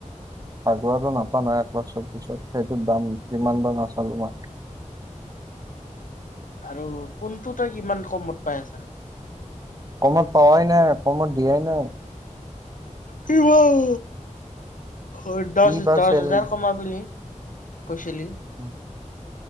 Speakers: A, on the right (about 30°); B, on the left (about 85°).
A: আগৰটো নাপাওঁ নাই, একবছৰ পিছত সেইটো দাম ইমান বাৰ নাচালো মই। <inaudible>
B: আৰু কোনটো তই কিমান কমত পাই আছা?
A: কমত পাৱাই নাই, কমত দিয়াই নাই।
B: কিমান এইটো?
A: কি
B: দহ-দহ
A: বা চেল
B: হেজাৰ কমাই মেলি। কইছিলি।
A: অ